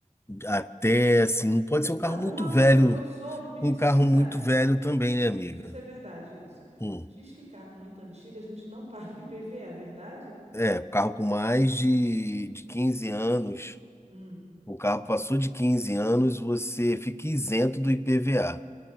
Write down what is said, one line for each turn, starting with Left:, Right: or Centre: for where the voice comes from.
Left: até, assim, não pode
Right: Então,
Left: ser um carro muito
Right: uma
Left: velho,
Right: coisa que eu soube, me disse
Left: um carro
Right: é verdade.
Left: muito velho também, né, amiga?
Right: Me disse é verdade isso.
Left: Hum.
Right: Diz que carro muito antigo a gente não <laughs> paga IPVA, é verdade?
Left: É, carro com mais de, de 15 anos,
Right: Hum.
Left: o carro passou de 15 anos, você fica isento do IPVA.